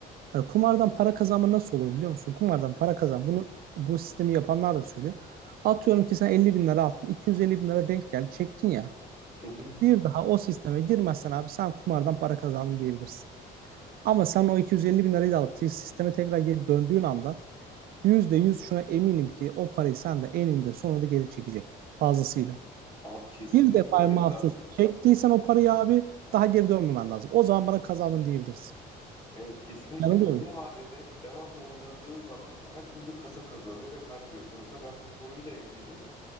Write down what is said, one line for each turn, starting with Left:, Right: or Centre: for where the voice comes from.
Right: Hani kumardan para kazanma nasıl olur biliyor musun? Kumardan para kazan. Bunu bu sistemi yapanlar da söylüyor. Atıyorum ki sen 50 bin lira attın. 250 bin lira denk geldi. Çektin ya.
Left: hı hı.
Right: Bir daha o sisteme girmezsen abi sen kumardan para kazandın diyebilirsin. Ama sen o 250 bin lirayı da alıp sisteme tekrar geri döndüğün anda %100 şuna eminim ki o parayı sen de eninde sonunda geri çekecek fazlasıyla.
Left: Abi kesinlikle
Right: Bir defa
Left: öyle.
Right: mahsus
Left: Za-
Right: çektiysen o parayı abi daha geri dönmemen lazım. O zaman bana kazandın diyebilirsin.
Left: Evet kesinlikle
Right: Yanılıyor
Left: uzun
Right: muyum?
Left: vadede devamlı oynadığın zaman her türlü kasa kazanıyor ve kaybediyorsun. Mesela ben bu konuyla ilgili